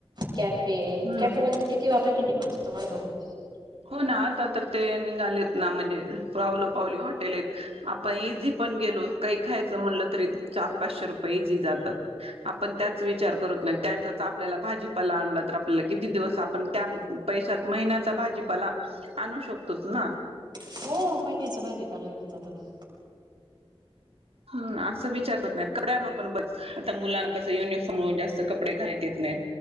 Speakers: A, on the right (about 45°); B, on the right (about 75°).
A: कॅफे
B: हम्म
A: कॅफे मध किती वापर किती खरंचतो माहित हाय काय.
B: हो ना आता तर ते निघालेत. ना म्हणजे पावलं पावली हॉटेल आहेत आपण इझी पण गेलो काही खायचं म्हणलं तरी चार पाचशे रुपये ईजी जातात. आपण चा त्याच विचार करत नाही त्याचाच आपल्याला भाजीपाला आणला तर आपल्याला किती दिवस आपण त्या पैशात महिन्यात भाजीपाला आणू शकतोत ना.
A: हो महिन्याचा भाजीपाला घेऊन जातो ना.
B: हम असं विचार करत नाही. कपद्याच पण बघ आता मुलांना कस युनिफॉर्म मूळ जास्त कपडे घाण्यात येत नाहीत.